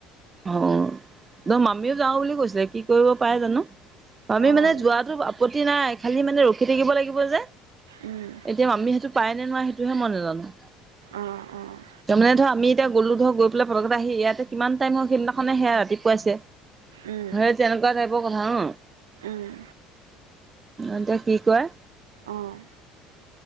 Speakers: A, on the right; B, on the right.
A: অ মামিও যাও বুলি কৈছিল কি কৰিব পাৰে জানো? আমি
B: অ',
A: মানে যোৱাতো আপত্তি নাই খালি মানে ৰখি থাকিব লাগিব যে
B: উম,
A: এতিয়া মামি সেইটো পায় নে নোৱাই সেইটোহে মই নাজানো-
B: অ', অ',
A: তাৰমানে ধৰ আমি এতিয়া গ'লো ধৰ গৈ পেলাই পলকতে আহি ইয়াতে কিমান টাইমৰ সেইদিনাখে সেয়া ৰাতিপুৱাইছে
B: উম,
A: ধৰে তেনেকুৱা টাইপৰ কথা ন
B: উম,
A: এতিয়া কি কয়
B: অ',